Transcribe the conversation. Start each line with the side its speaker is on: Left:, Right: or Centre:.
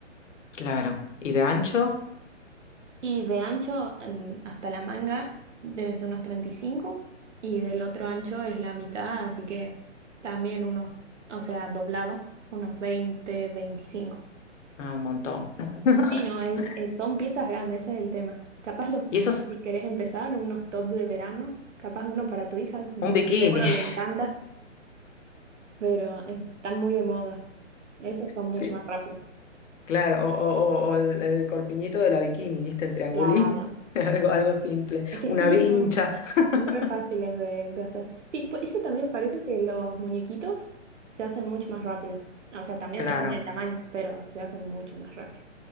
Left: claro, y de ancho,
Right: Y de ancho en- hasta la manga deben ser unos treinta y cinco y del otro ancho es la mitad, así que también unos, o sea, doblado, unos veinte veinticinco
Left: Ah, un montón. <laughs>
Right: Y no, es, es- son piezas grandes, ese es el tema. Capaz los,
Left: Y eso es
Right: si querés empezar, unos top de verano, capaz uno para tu hija, mm,
Left: un bikini,
Right: seguro
Left: <laughs>
Right: le encanta, pero están muy de moda. Esos son mucho
Left: sí,
Right: más rápidos.
Left: claro, o, o- o- o el, el corpiñito de la bikini, ¿viste? El triangulito,
Right: Claro.
Left: <laughs> algo, algo simple,
Right: Es que
Left: una
Right: sí,
Left: vincha.
Right: son
Left: <laughs>
Right: Son Re fáciles de, de hacer. Sí, po- eso también me parece que los muñequitos se hacen mucho más rápido. O sea, también
Left: Claro.
Right: depende del tamaño, pero se hacen mucho más rápido.